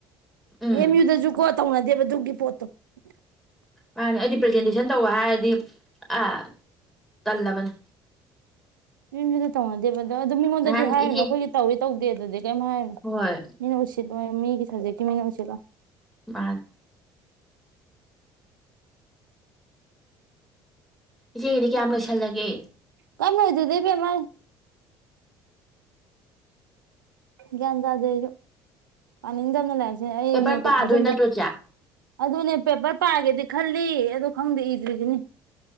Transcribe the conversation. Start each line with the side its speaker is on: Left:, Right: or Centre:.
Centre: ꯎꯝ
Right: ꯑꯦꯝ ꯌꯨꯗꯁꯨꯀꯣ ꯇꯧꯅꯗꯦꯕ ꯑꯗꯨꯒꯤ ꯄꯣꯠꯇꯣ <inaudible>
Centre: ꯃꯥꯅꯤ ꯑꯩꯗꯤ ꯄ꯭ꯔꯖꯦꯟꯇꯦꯁꯟ ꯇꯧꯕ ꯍꯥꯏꯔꯗꯤ ꯑꯥ ꯇꯜꯂꯕꯅꯤ
Right: ꯑꯦꯝ ꯌꯨꯗ ꯇꯧꯅꯗꯦꯕ ꯑꯗꯣ ꯑꯗꯨ ꯃꯤꯉꯣꯟꯗꯗꯤ
Centre: ꯅꯍꯥꯟ
Right: ꯍꯥꯏꯔꯨꯅꯣ
Centre: ꯏꯆꯦ
Right: ꯑꯩꯈꯣꯏꯒꯤ ꯇꯧꯋꯤ ꯇꯧꯗꯦ ꯑꯗꯨꯗꯤ ꯀꯩꯝꯇ ꯍꯥꯏꯔꯨꯅꯣ
Centre: ꯍꯣꯏ
Right: ꯃꯤꯅ ꯎꯁꯤꯠꯂꯣꯏ ꯃꯤꯒꯤ ꯁꯕ ꯇꯤ ꯃꯤꯅ ꯎꯁꯤꯠꯂꯣꯏ
Centre: ꯃꯥꯅꯦ ꯏꯆꯦꯒꯤꯗꯤ ꯀꯌꯥꯝ ꯂꯣꯏꯁꯜꯂꯒꯦ
Right: ꯀꯩꯝ ꯂꯣꯏꯗꯦꯗ ꯏꯕꯦꯝꯃ ꯒ꯭ꯌꯥꯟ ꯇꯥꯗꯦ ꯑꯩꯁꯨ ꯄꯥꯅꯤꯡꯗꯝꯅ ꯂꯥꯏ ꯖꯦ ꯑꯩ
Centre: ꯄꯦꯄꯔ
Right: ꯅꯦꯠ
Centre: ꯄꯥꯗꯣꯏ
Right: ꯀ ꯊꯥꯖꯟꯗꯦ
Centre: ꯅꯠꯇ꯭ꯔꯣ ꯆꯦ
Right: ꯑꯗꯨꯅꯦ ꯄꯦꯄꯔ ꯄꯥꯒꯦꯗꯤ ꯈꯜ ꯂꯤ ꯑꯗꯣ ꯈꯪꯗꯦ ꯏꯗ꯭ꯔꯤꯁꯤꯅꯤ